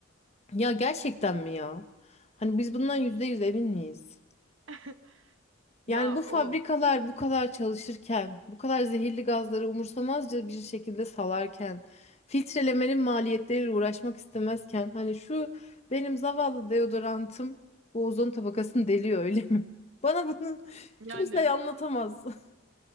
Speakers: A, on the left; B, on the right.
A: Ya gerçekten mi ya? Hani biz bundan yüzde yüz emin miyiz?
B: <laughs> Ya
A: Yani bu
B: o
A: fabrikalar bu kadar çalışırken, bu kadar zehirli gazları umursamazca bir şekilde salarken, filtrelemenin maliyetleriyle uğraşmak istemezken, hani şu benim zavallı deodorantım bu ozon tabakasını deliyor öyle mi? <laughs> Bana bunu
B: yani
A: kimse anlatamaz. <laughs>